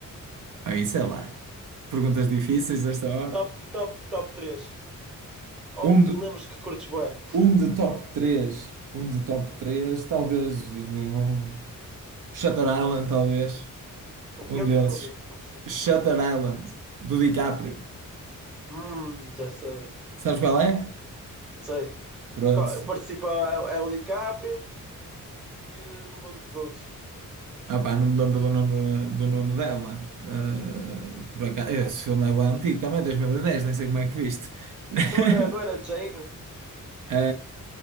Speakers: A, on the right; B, in the centre.
A: Aí, sei lá. Perguntas difíceis esta hora.
B: Top, top, top três Ou
A: Um
B: um que
A: de,
B: te lembres que curtes bué.
A: um de top três Um de top 3 Talvez. um, Shutter Island, talvez.
B: O
A: Um
B: que é
A: deles.
B: que eu não vi? Não percebi.
A: Shutter Island, do DiCaprio.
B: Hum, já sei.
A: Sabes qual é?
B: Sei.
A: Pronto.
B: Co- Participa é o DiCaprio e eh, não me lembro dos outros.
A: Ah pá, não me lembro do nome, do nome dela. Ah, por acaso, esse filme é bem antigo, também 2010 nem sei como é que viste. <laughs>
B: Não era, não era Jane?
A: Ah,